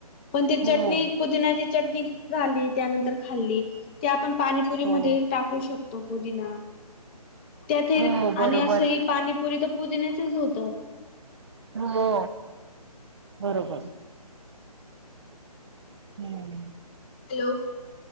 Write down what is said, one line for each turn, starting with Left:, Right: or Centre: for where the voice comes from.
Left: पण ते
Right: हो
Left: चटणी पुदण्याची चटणी झाली त्या नंतर खाल्ली ते आपण.. पाणीपुरी
Right: हो
Left: मध्ये ही टाकू शकतो पुदीना... त्यात ही
Right: हो
Left: आणि
Right: बरोबर
Left: असं ही पाणीपुरी तर पुदिन्याच् च होत...
Right: हो..... बरोबर... हम्म.....
Left: हॅलो...